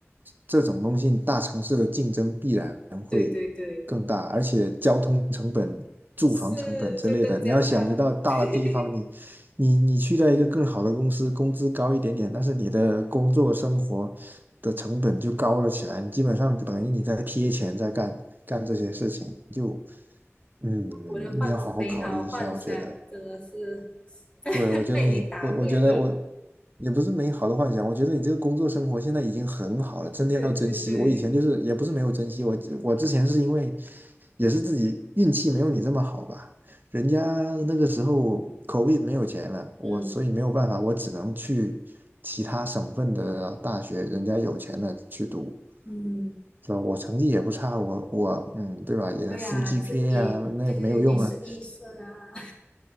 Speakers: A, on the right; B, on the left.
A: 这种东西大城市的竞争必然会更大，
B: 对对对，
A: 而且交通成本、住房成本之类的，
B: 是就更加大。
A: 你要想，你到大的地方，
B: <laughs>
A: 你你你去到一个更好的公司，工资高一点点，但是你的工作生活的成本就高了起来，你基本上等于你在贴钱在干干这些事情，就嗯，
B: 我我的幻美好幻想真的是
A: 你要好好考虑一下，我觉得。
B: <laughs> 被被你打灭了。
A: 对，我觉得你，我我觉得我也不是美好的幻想，我觉得你这个工作生活现在已经很好了，真的要珍惜。
B: 对对对，
A: 我以前就是也不是没有珍惜，我我之前是因为也是自己运气没有你这么好吧，人家那个时候口碑没有钱了，我所以没有办法，
B: 嗯
A: 我只能去其他省份的大学，人家有钱的去读，
B: 嗯。
A: 是吧？我成绩也不差，我我嗯，对吧？也负
B: 对呀、
A: GPA
B: 你是医，
A: 啊，那也没有用啊。
B: 对对对，你是医生啊，